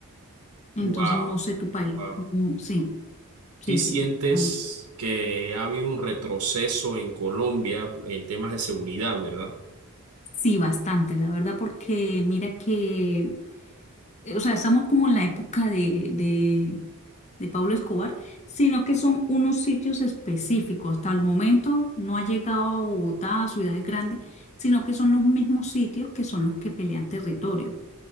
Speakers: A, on the left; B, on the right.
A: Entonces,
B: Wow,
A: no sé tu país.
B: wow.
A: cómo- Sí, sí,
B: ¿Sí sientes
A: sí. Ay,
B: que ha habido un retroceso en Colombia en temas de seguridad, ¿verdad?
A: Sí, bastante, la verdad, porque mira que eh, o sea, estamos como en la época de, de, de Pablo Escobar, sino que son unos sitios específicos. Hasta el momento no ha llegado a Bogotá, a ciudades grandes, sino que son los mismos sitios que son los que pelean territorio.